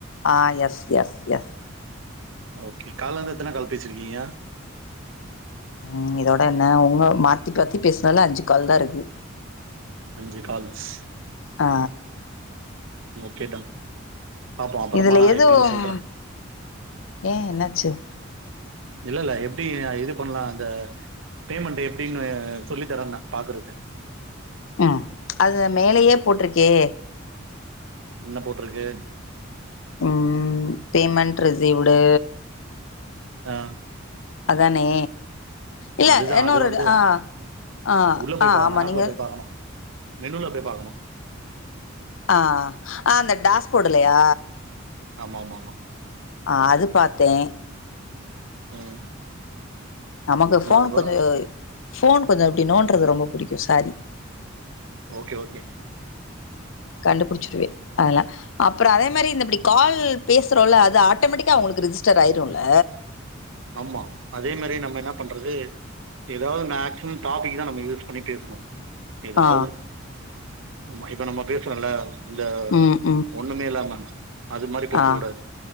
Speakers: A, on the left (about 70°); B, on the right (about 70°).
A: ஆ எஸ் எஸ் எஸ்
B: ஓகே கால்ல இருந்து எத்தன கால் பேச்சிருக்கீங்க
A: ம் இதோட என்ன உங்க மாத்தி மாத்தி பேசினால அஞ்சு கால் தா இருக்கு
B: அஞ்சு கால்ஸ்
A: ஆ
B: ஓகே டன் பாப்போ அப்பறமா
A: இதுல
B: நா
A: எதுவும்
B: எப்டின்னு சொல்றே
A: ஏ என்னாச்சு
B: இல்ல இல்ல எப்டி இது பண்ணலா அந்த பேமெண்ட் எப்டின்னு அ சொல்லி தரேன்ன பாக்குறது
A: அ அதுதா மேலேயே போட்டிருக்கே
B: என்ன போட்டிருக்கு
A: ம் பேமெண்ட் ரிஸீவ்டு
B: அ
A: அதானே இல்ல
B: அதுதா
A: என்னொருட
B: அது வந்து
A: ஆ ஆ
B: உள்ள போய்
A: ஆ
B: பாக்கணு
A: ஆமா
B: ஆப்ல
A: நீங்க
B: போய் பாக்கணு மெனுல போய் பாக்கணு
A: அ அ அந்த டேஷ்போர்ட்லையா
B: ஆமா ஆமா ஆமா
A: அ அது பாத்தே
B: ம்
A: நமக்கு ஃபோன்
B: நா அதுதா
A: கொஞ்சோ ஃபோன் கொஞ்சோ அப்டி நோன்றது ரொம்ப புடிக்கு சாரி
B: ஓகே ஓகே
A: கண்டுபுடிச்சிருவே அதெல்ல அப்புறோ அதே மாரி இந்த இப்டி கால் பேசுறோல அது ஆட்டோமேட்டிக்கா அவுங்களுக் ரிஜிஸ்டர் ஆயிரும்ல
B: ஆமா அதே மாரி நம்ம என்ன பண்றது ஏதாவது மேக்சிமம் டாபிக் தா நம்ம யூஸ் பண்ணி பேசுணு எதாது
A: ஆ
B: ஆமா இப்ப நம்ம பேசுறோம்ல இந்த
A: ம் ம்
B: ஒன்னுமே இல்லாம அது மாரி பேசக்க
A: ஆ
B: கூடாது